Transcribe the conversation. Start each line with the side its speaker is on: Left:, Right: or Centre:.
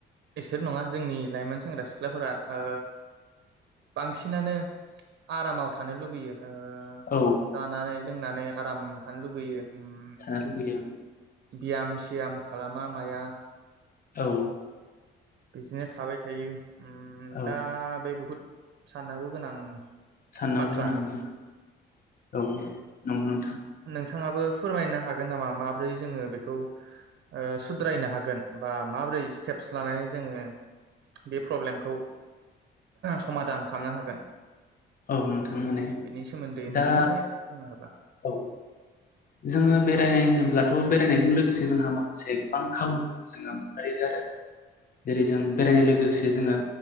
Right: बिसोर नङा जोंनि लाइमोन सेंग्रा सिख्लाफोरा ओ बांसिनानो आरामाव थानो लुगैयो। ओ
Left: औ
Right: जानानै लोंनानै आराम थानो लुगैयो ओम
Left: थानो लुबैयो
Right: बियाम-सियाम खालामा माया
Left: औ
Right: बिदिनो थाबाय थायो। ओम
Left: औ
Right: दा बे बहुद साननांगौ गोनां
Left: साननांगौ
Right: बाथ्रा
Left: होनाङानो औ नंगौ नोंथां।
Right: बिथांङाबो फोरमायनो हागोन नामा माबोरै जोंङो बेखौ ओ सुद्रायनो हागोन बा माबोरै स्टेपस लानानै जोंङो बे प्रब्लेमखौ समादान खालामनो हागोन
Left: औ नोंथां मोने
Right: बिनि सोमोन्दै
Left: दा
Right: मोननैसो बुंनो हाबा
Left: औ जोंङो बेरायनाय होनोब्लाथ' बेरायनायजों लोगोसे जोंहा माखासे गोबां खाबुफोरखौ जोङो मोनदों आरो जेरै जों बेरायनाय लोगोसे जोङो